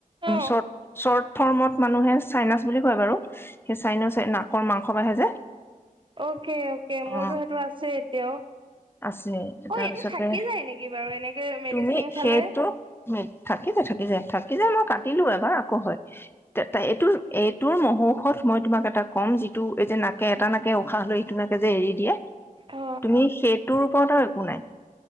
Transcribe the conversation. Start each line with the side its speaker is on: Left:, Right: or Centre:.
Right: অ
Left: চৰ্ট চৰ্ট ফৰ্মত মানুহে চাইনাচ বুলি কয় বাৰু সেই চাইনেচ নাকৰ মাংস বাইে যে।
Right: অকে অকে মোৰতো
Left: অ
Right: সেইটো আছে এতিয়াও।
Left: আছে
Right: অ
Left: তাৰপিছতে
Right: এইটো থাকি যায় নেকি বাৰু এনেকে মেডিচিন
Left: তুমি
Right: খালে
Left: সেইটো <unintelligible> থাকি যায় থাকি যায় থাকি যায়, মই কাটিলো এবাৰ আকৌ হয় এইটো এইটোৰ মহৌষত মই তোমাক এটা কম যিটো এই যে নাকে এটা নাকে উশাহ লৈ ইটো নাকে যে এৰি দিয়ে।
Right: অ
Left: তুমি সেইটোৰ ওপৰত আৰু একো নাই।